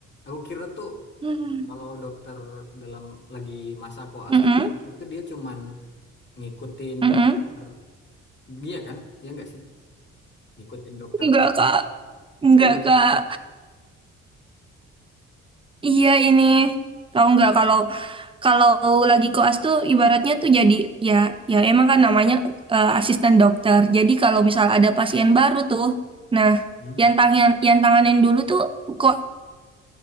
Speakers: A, on the left; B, on the right.
A: Aku kira tuh
B: Hmm.
A: kalau dokter dalam lagi masa koas
B: Mm-mm.
A: tuh, aku kira tuh dia cuman ngikutin
B: Mm-mm.
A: belajar dia kan? Iya nggak sih? Ngikutin dokter
B: Nggak, Kak.
A: serius.
B: Nggak, Kak. Iya ini. Tahu nggak kalau Kalau lagi koas tuh ibaratnya tuh jadi ya ya emang kan namanya eh, asisten dokter. Jadi kalau misal ada pasien baru tuh, nah
A: Hmm?
B: yang tangan yang tanganin dulu tuh koasnya